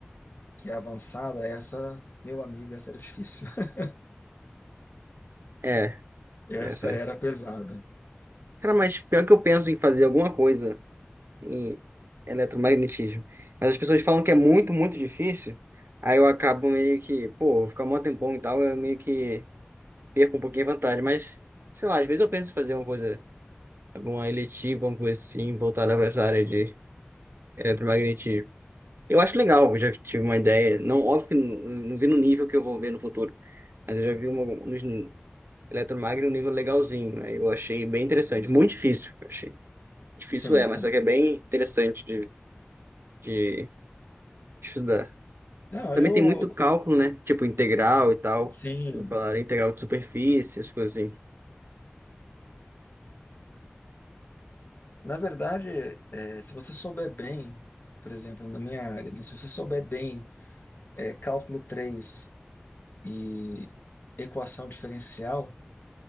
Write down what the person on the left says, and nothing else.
que é avançada, essa, meu amigo, essa era difícil. <laughs>
Essa
era pesada.
Sim,
sim.
Não,
eu,
sim.
Na verdade, eh, se você souber bem, por exemplo, na minha área, né, se você souber bem, eh, cálculo 3 e equação diferencial,